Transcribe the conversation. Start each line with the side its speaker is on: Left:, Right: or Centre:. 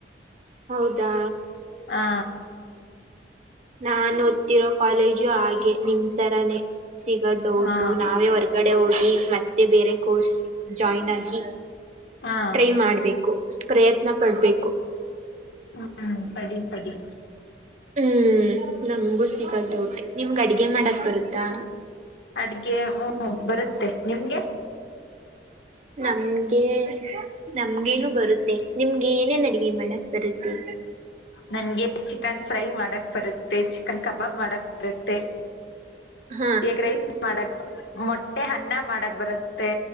Right: ಹೌದಾ
Left: ಹಾ
Right: ನಾನು ಓದ್ತ್ತಿರೋ ಕಾಲೇಜು ಹಾಗೆ ನಿನ್ ತರಾನೇ. ಸಿಗದು ಡೌಟು
Left: ಹಾ
Right: ನಾವೇ ಹೊರರ್ಗಡೆ ಹೋಗಿ ಮತ್ತೆ ಬೇರೆ ಕೋರ್ಸ್ ಜಾಯಿ್ನ್ ಆಗಿ.
Left: ಹಾ
Right: ಟ್ರೈ ಮಾಡ್ಬೇಕು ಪ್ರಯತ್ನ ಪಡುಬೇಕು.
Left: ಹ್ಮ್ ಪಡಿ ಪಡಿ
Right: ಹ್ಮ್ ನಮಗೂ ಸಿಗೋದು ಡೌಟೇ ನಿಮ್ಗ್ ಅಡುಗೆ ಮಾಡಕ್ ಬರುತ್ತಾ.
Left: ಅಡ್ಗೆ ಹ್ಮ ಬರುತ್ತೆ ನಿಮ್ಗೆ.
Right: ನಮ್ಗೆ ನಮ್ಗೇನು ಬರುತ್ತೆ ನಿಮ್ಗೆ ಏನೇನ್ ಅಡುಗೆ ಮಾಡಕ್ ಬರುತ್ತೆ.
Left: ನನ್ಗೆ ಚಿಕನ್ ಫ್ರೈ ಮಾಡಕ್ ಬರುತ್ತೆ ಚಿಕನ್ ಕಬಾಬ್ ಮಾಡಕ್ ಬರುತ್ತೆ.
Right: ಹ
Left: ಈಗ ರೈಸ್ ಮಾಡಕ್ ಮೊಟ್ಟೆ ಅನ್ನ ಮಾಡಕ್ ಬರುತ್ತೆ